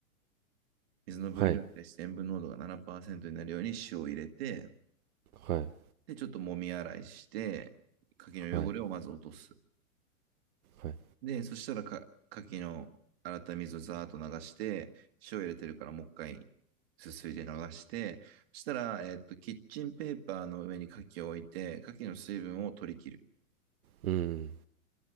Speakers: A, on the right; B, on the right.
A: 水の分量に対して塩分濃度が7%
B: はい、
A: になるように塩を入れて、
B: はい、
A: で、ちょっと揉み洗いして、柿の汚れをまず落とす。
B: はい、はい。
A: で、そしたらか、牡蠣の洗った水をザーッと流して、塩入れてるからもう一回すすいで流して、そしたら、えっと、キッチンペーパーの上に牡蠣を置いて、牡蠣の水分を取り切る。
B: うん、